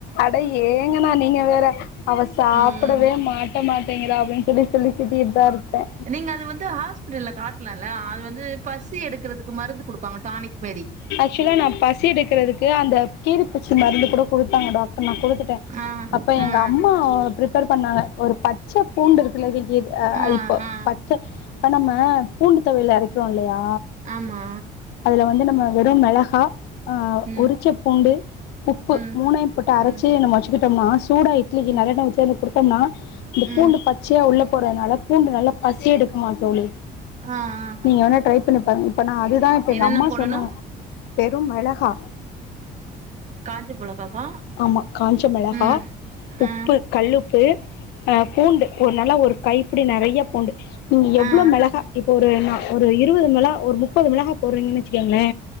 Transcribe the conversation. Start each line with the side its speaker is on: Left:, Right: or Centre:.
Left: அட ஏங்க ஏனா நீங்க வேற அவ சாப்படவே
Right: ம்
Left: மாட் மாட்டிகிற அப்டின் சொல்லி திட்டிட்தா இருப்ப
Right: நீங்க அது வந்து ஹாஸ்பிட்டல்ல காட்லால்ல அது வந்து பசி எடுக்கறதுக்கு மருந்து குடுப்பாங்க டானிக் மேரி
Left: ஆக்சுவலா நா பசி எடுக்கறதுக்கு அந்த கீரிப்பூச்சி மருந்து கூட குடுத்தாங்க டாக் டர் நா குடுத்துட்ட
Right: ஆ
Left: அப்ப எங்க
Right: ஆ
Left: அம்மா ப்ரிப் பர் பண்ணாங்க ஒரு பச்ச பூண்டு இருக்குல்ல
Right: ஆ
Left: இப்ப
Right: ஆ
Left: பச் ச இப்ப நம்ம பூண்டு தொவையல் அரைக்கிறோ இல்லையா
Right: ஆமா
Left: அதுல வந்து நம்ம வெறு மெளகா ஆ
Right: ம்
Left: உரிச்ச பூண்டு உப்பு
Right: ம்
Left: மூனையு போட்டு அரைச்சு
Right: ம்
Left: நம்ம வச்சிக்கிட்டோம்னா சூடா இட்லிக்கு
Right: ம்
Left: நல்லெண்ணெய் ஊத்தி அதுல குடுத்தோம்னா அந்த
Right: ம்
Left: பூண்டு பச்சியா உள்ள போறதுனால பூண்டு நல்லா பசி எடுக்குமா தோழி
Right: ஆ ஆ ஆ
Left: நீங்க வேன்னா ட்ரை பண்ணிப் பாருங்க இப்ப நா அதுதா இப்ப
Right: என்னென்ன
Left: எங்க அம்மா
Right: போடணு
Left: சொன்னாங்க வெறும் மெளகா
Right: காஞ்ச மொளகாவா
Left: ஆமா காஞ்ச மெளகா
Right: ம்
Left: உப்பு
Right: ஆ
Left: கல்லுப்பு ஆ பூண்டு ஒரு நல்லா ஒரு கைப்பிடி நறைய பூண்டு நீங்க எவ்ளோ
Right: ஆ
Left: மெளகா இப்ப ஒரு நா ஒரு இருவது மிள ஒரு முப்பது மிளகா போட்றீங்கன்னு வச்சுக்கோங்களே